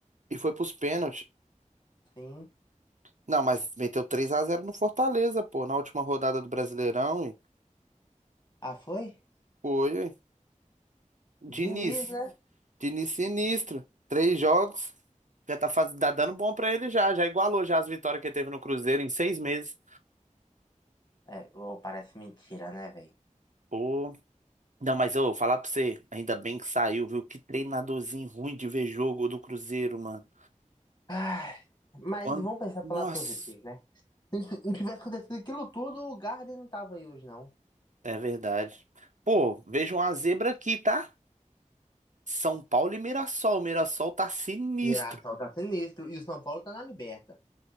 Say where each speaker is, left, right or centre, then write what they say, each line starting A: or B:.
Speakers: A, on the right (about 70°); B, on the left (about 35°).
A: E foi pros pênaltis.
B: Sim.
A: Não, mas meteu três a zero no Fortaleza, pô. Na última rodada do Brasileirão. E
B: Ah, foi?
A: foi, ué. Diniz.
B: Diniz, né?
A: Diniz sinistro. Três jogos. Já tá, faz, tá dando bom pra ele já. Já igualou já as vitórias que ele teve no Cruzeiro em seis meses.
B: É, ô, parece mentira, né, velho?
A: Pô. Não, mas eu vou falar pra você, ainda bem que saiu, viu? Que treinadorzinho ruim de ver jogo do Cruzeiro, mano.
B: Ai, Mas
A: Quando.
B: vamos pensar pelo
A: Nossa,
B: lado positivo, né? Se não tivesse acontecido aquilo tudo, o Garden não tava aí hoje, não.
A: é verdade. Pô, vejo uma zebra aqui, tá? São Paulo e Mirassol. O Mirassol tá sinistro.
B: Mirassol tá sinistro e o São Paulo tá na liberta.